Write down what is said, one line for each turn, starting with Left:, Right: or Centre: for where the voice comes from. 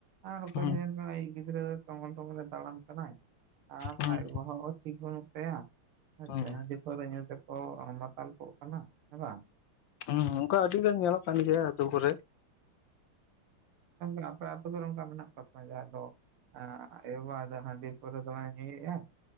Right: ᱟᱨ ᱚᱠᱚᱭ
Left: ᱦᱩᱸ
Right: ᱫᱚ ᱧᱮᱞ ᱢᱮ ᱟᱡᱤᱡ ᱜᱤᱫᱽᱨᱟᱹ ᱴᱵᱚᱞ ᱴᱵᱚᱞᱮ ᱫᱟᱟᱲᱟᱱ ᱠᱟᱱᱟᱭ ᱟᱨ
Left: ᱦᱩᱸ
Right: ᱟᱭ ᱵᱟᱵᱟ ᱦᱚᱸ ᱴᱷᱤᱠ ᱵᱟᱹᱱᱩᱜ ᱛᱟᱭᱟ ᱦᱮᱸ ᱥᱮ
Left: ᱦᱩᱸ
Right: ᱦᱟᱹᱰᱤ ᱯᱟᱣᱨᱟᱹ ᱧᱩ ᱛᱮᱠᱚ ᱢᱟᱛᱟᱞ ᱠᱚᱜ ᱠᱟᱱᱟ ᱦᱮᱸ ᱵᱟᱝ ᱾
Left: ᱦᱩᱸ ᱚᱱᱠᱟ ᱟᱹᱰᱤ ᱜᱟᱱ ᱧᱮᱞᱚᱜ ᱠᱟᱱ ᱜᱮᱭᱟ ᱟ. ᱛᱩ ᱠᱚᱨᱮ
Right: ᱮ ᱟᱯᱮ ᱟᱹᱛᱩ ᱠᱚᱨᱮ ᱚᱱᱠᱟ ᱢᱮᱱᱟᱜ ᱠᱚᱣᱟ ᱥᱮ ᱡᱟᱦᱟᱸᱭ ᱫᱚ ᱟᱸᱻ ᱟᱭᱚ ᱵᱟᱵᱟ ᱫᱚ ᱦᱟᱺᱰᱤ ᱯᱟᱣᱨᱟᱭ ᱫᱚᱢᱮ ᱧᱩ ᱮᱛᱼ ᱟᱭ ᱾